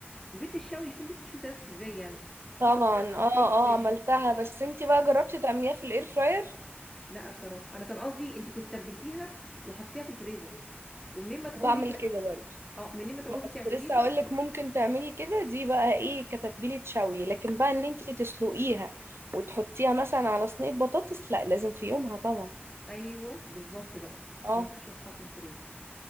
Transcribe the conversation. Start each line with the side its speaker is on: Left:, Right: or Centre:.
Centre: الشوي شوفي انت بتشوفي فراخك ازاي يعني بصل
Right: طبعا
Centre: وملح
Right: اه
Centre: وفلفل
Right: اه عملتها بس انتي بقى جربتي تعمليها في الاير فراير
Centre: لا بصراحه انا كان قصدي انت كنت تبلتيها وحطيتيها في الفريزر ومنين ما تعوزي
Right: بعمل
Centre: تع-
Right: كده برضو
Centre: اه منين ما تعوزي
Right: ما كنت
Centre: تعمليها
Right: لسه اقولك ممكن تعملي كده دي بقى ايه كتتبيلة شوي لكن بقى ان انتي تسلقيها وتحطيها مثلا على صينية بطاطس لا لازم في يومها طبعا
Centre: ايوه بالظبط بقى
Right: اه
Centre: ما ينفعش تتحط في الفريزر